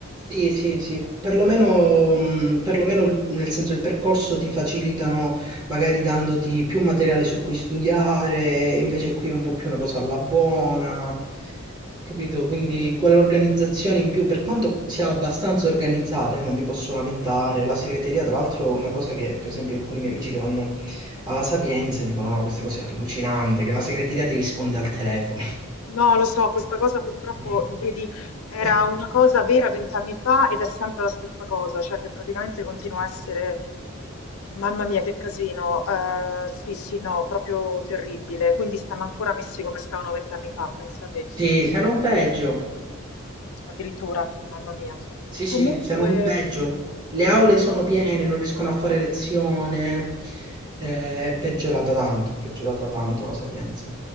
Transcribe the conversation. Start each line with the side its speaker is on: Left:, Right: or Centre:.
Right: Sì, sì, sì, perlomeno, mh, perlomeno il- nel senso il percorso ti facilitano magari dandoti più materiale su cui studiare, invece qui è un po' più una cosa alla buona, capito? Quindi quell'organizzazione in più, per quanto sia abbastanza organizzata, eh, non mi posso lamentare, la segreteria tra l'altro è una cosa che per esempio alcuni miei amici che vanno alla Sapienza dicono no, questa cosa è allucinante, che la segreteria ti risponde al telefono.
Left: No, lo so, questa cosa purtroppo,
Right: <laughs>
Left: vedi, era una cosa vera vent'anni fa ed è sempre la stessa cosa, cioè che praticamente continua a essere, mamma mia, che casino, eh, sì, sì, no, proprio terribile. Quindi stanno ancora messi come stavano vent'anni fa, pensate,
Right: Sì, se non peggio.
Left: addirittura, mamma mia.
Right: Sì,
Left: Comunque,
Right: sì, se non peggio.
Left: mm,
Right: Le aule
Left: com-
Right: sono piene, non riescono a fare lezione. Eh, è peggiorata tanto, è peggiorata tanto la Sapienza.